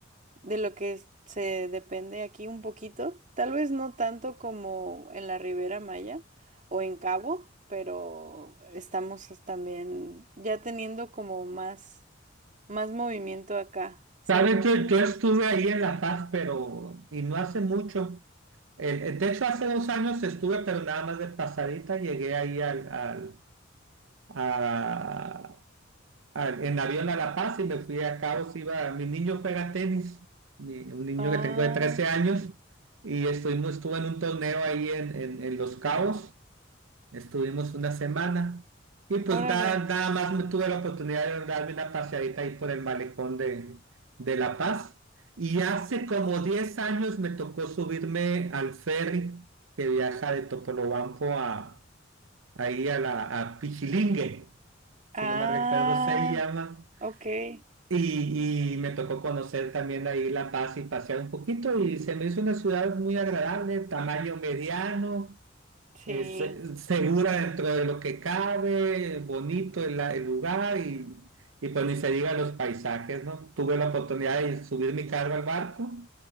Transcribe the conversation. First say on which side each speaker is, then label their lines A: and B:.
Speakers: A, on the right (about 40°); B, on the right (about 80°).
A: de lo que es- se depende aquí un poquito, tal vez no tanto como en la Ribera Maya o en Cabo, pero estamos es- también ya teniendo como más, más movimiento acá, siento
B: Sabes, yo,
A: yo.
B: yo estuve ahí en La Paz, pero, y no hace mucho. El- el- de hecho, hace dos años estuve, pero nada más de pasadita, llegué ahí al, al, a- al- en avión a La Paz y me fui a Cabos, iba, mi niño juega tenis, mi- un niño
A: Ah,
B: que tengo de 13 años, y estuvimos, estuve en un torneo ahí en, en, en Los Cabos. Estuvimos una semana y pues
A: órale.
B: nada, nada más me tuve la oportunidad de darme una paseadita ahí por el malecón de, de La Paz. Y hace como 10 años me tocó subirme al ferry que viaja de Topolobampo a, ahí a, la, a Pichilingue, si
A: Ah,
B: no me recuerdo se llama.
A: ok.
B: Y, y me tocó conocer también ahí La Paz y pasear un poquito y se me hizo una ciudad muy agradable, tamaño mediano
A: Sí.
B: eh, se- segura dentro de lo que cabe, bonito el, la- el lugar y, y pues ni se diga los paisajes, ¿no? Tuve la oportunidad de subir mi carro al barco